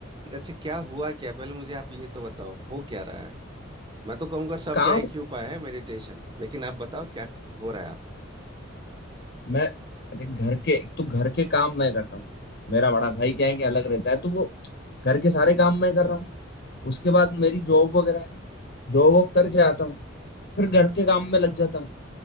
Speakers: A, on the right; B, on the left.
A: अच्छा क्या हुआ क्या पहले मुझे आप ये तो बताओ हो क्या रहा है मैं तो कहूँगा सबका
B: काम
A: एक ही उपाय है मेडिटेशन लेकिन आप बताओ क्या हो रहा है आप
B: मैं अरे घर के एक तो घर के काम मैं करता हूँ मेरा बड़ा भाई क्या है कि अलग रहता है तो वो घर के सारे काम मैं कर रहा हूँ उसके बाद मेरी जॉब वगैरह है जॉब वॉब करके आता हूँ फिर घर के काम में लग जाता हूँ